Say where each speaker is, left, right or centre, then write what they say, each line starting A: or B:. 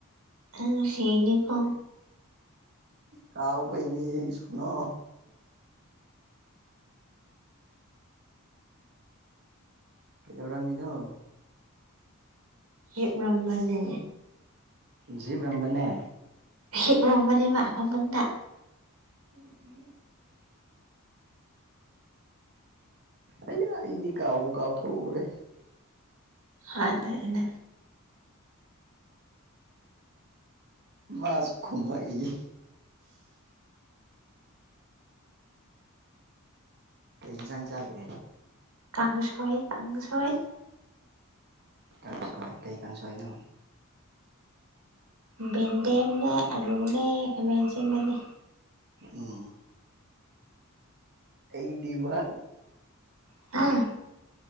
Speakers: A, on the right; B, on the right.
A: ꯑꯩ ꯅꯨꯡꯁꯤꯔꯤꯅꯤ ꯀꫭ
B: ꯀꯥꯎꯕꯅꯤꯍꯦ ꯁꫭꯅꯣ ꯀꯩꯗꯧꯔꯝꯃꯤꯅꫭ
A: ꯌꯦꯛꯔꯝꯕꯅꯦ
B: ꯖꯤꯞ ꯔꯝꯕꯅꯦ
A: ꯍꯤꯞꯔꯝꯕꯅꯦꯕ ꯐꯃꯨꯡꯗ ꯎꯝ ꯎꯝ ꯎꯝ
B: ꯑꯌꯥ ꯑꯩꯗꯤ ꯀꯥꯎꯕꯨ ꯀꯥꯎꯊꯣꯛꯎꯔꯦ
A: ꯍꯥꯟꯅꯥꯅ
B: ꯃꯥꯁꯨ ꯈꯨꯃꯛꯏꯌꯦ ꯀꯩꯩ ꯑꯦꯟꯖꯥꯡ ꯆꯥꯒꯦ
A: ꯀꯥꯡꯁꫭꯏ ꯀꯥꯡꯁꫭꯏ
B: ꯀꯥꯡꯁꯣꯏ ꯀꯩ ꯀꯥꯡꯁꯣꯏꯅꯣ
A: ꯕꯦꯟꯗꯦꯝꯅꯦ ꯑꯂꯨꯅꯦ ꯈꯦꯃꯦꯟꯁꯤꯟꯕꯅꯦ
B: ꯎꯝ ꯑꯩꯗꯤꯕ
A: <inaudible>